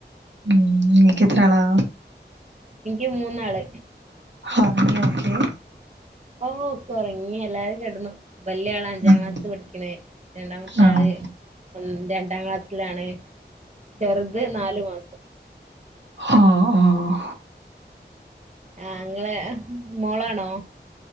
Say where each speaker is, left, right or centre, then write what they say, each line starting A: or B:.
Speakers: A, on the right; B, on the right.
A: ഉം നിങ്ങക്ക് എത്രാളാ
B: ഇൻക്ക് മൂന്നാള്
A: ഒറങ്ങിയോ ഒക്കെ
B: ഓ ഒക്കെ ഒറങ്ങി എല്ലാവരും കിടന്നു വലിയ ആള് അഞ്ചാം
A: ഉം
B: ക്ലാസ് പഠിക്കണെ രണ്ടാമത്തെ
A: ആഹ്
B: ആള് ഒന്ന് രണ്ടാം ക്ലാസ്സിലാണ് ചെറുത് നാാലു മാസം
A: ആഹ് ആഹ്
B: ആഹ് ഇങ്ങളെ മോളാണോ